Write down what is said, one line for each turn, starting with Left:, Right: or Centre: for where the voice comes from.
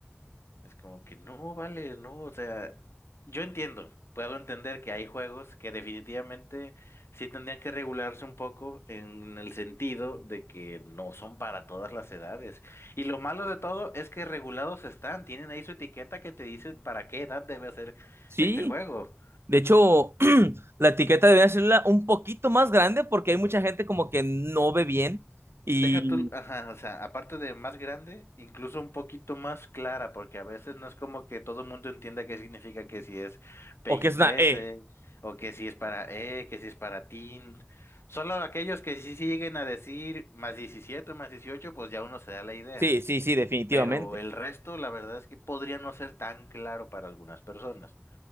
Left: Es como que, no, vale, no, o sea, yo entiendo, puedo entender que hay juegos que definitivamente sí tendrían que regularse un poco en el sentido de que no son para todas las edades. Y lo malo de todo es que regulados están, tienen ahí su etiqueta que te dice para qué edad debe ser
Right: Sí.
Left: este juego.
Right: De hecho, <clears throat> la etiqueta debería ser un poquito más grande porque hay mucha gente como que no ve bien y
Left: Deja tú, ajá, o sea, aparte de más grande, incluso un poquito más clara, porque a veces no es como que todo el mundo entienda qué significa que si es PG
Right: o que es una
Left: 13
Right: E.
Left: o que si es para E, que si es para Teen. Solo aquellos que sí siguen a decir más 17 o más 18, pues ya uno se da la idea.
Right: Sí, sí, sí, definitivamente.
Left: Pero el resto, la verdad es que podría no ser tan claro para algunas personas.